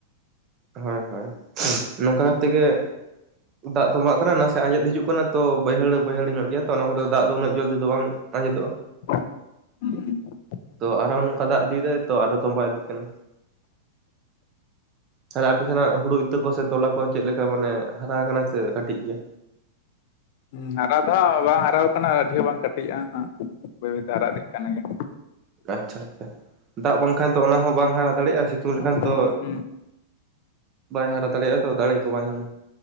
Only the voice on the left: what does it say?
ᱩᱸ
ᱦᱩᱸ ᱦᱟᱨᱟ ᱫᱚ ᱦᱟᱸᱜ ᱵᱟᱝ ᱦᱟᱨᱟ ᱟᱠᱟᱱᱟ ᱟᱹᱰᱤ ᱦᱚᱸ ᱵᱟᱝ ᱠᱟᱹᱴᱤᱡᱼᱟ ᱦᱟᱸᱜ ᱵᱟᱹᱭ ᱵᱟᱹᱭᱛᱮ ᱦᱟᱨᱟ ᱤᱫᱤᱜ ᱠᱟᱱ ᱜᱮᱭᱟ ᱾
ᱦᱩᱸ
ᱦᱩᱸ